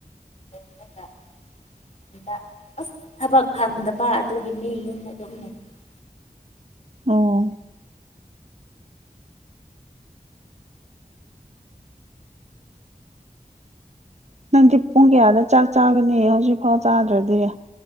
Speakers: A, on the left; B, on the right.
A: <inaudible> ꯑ ꯑꯁ ꯊꯕꯛ ꯐꯪꯗꯕ ꯑꯗꯨꯒꯤ ꯃꯤ ꯌꯨꯝꯗ ꯑꯗꯨꯝ ꯂꯩꯔ <inaudible>
B: ꯑꯣ ꯅꯪꯗꯤ ꯄꯨꯡ ꯀꯌꯥꯗ ꯆꯥꯛ ꯆꯥꯒꯅꯤ ꯍꯧꯖꯤꯛ ꯐꯥꯎ ꯆꯥꯗ꯭ꯔꯗꯤ